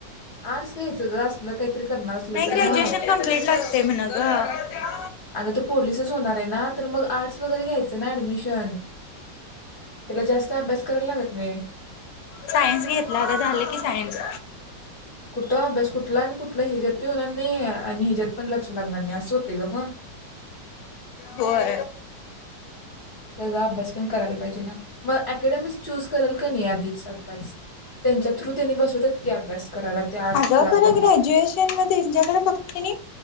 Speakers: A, on the left; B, on the left.
A: आर्टस घ्यायच ग अस लोक करनार असल
B: नाही
A: तर
B: ग्रॅज्युएशन
A: मग
B: कम्प्लीट लागते म्हण ग
A: अग तो पोलीसच होणारेना ना तर मग आर्ट्स वगैरे घ्यायचं ना ऍडमिशन त्याला जास्त अभ्यास करायला लागत नाही
B: सायन्स घेतला आता झालं की सायन्स.
A: कुठ अभ्यास कुठला आणि कुठला हिजत बी होणार नाही आणि हिजत पण लक्ष लागणार नाही असं होते ग मग-
B: होय
A: त्याजा अभ्यास पण करायला पाहिजे ना मग अकॅडमिक्स चूज केल का नाही आधीच आताच त्यांच्या थ्रू त्यांनी बसवतात की अभ्यास. करायला त्या आर्ट्सला
B: अगं खर
A: पण
B: ग्रॅज्युएशन मध्ये त्यांच्याकडे फक्त नाही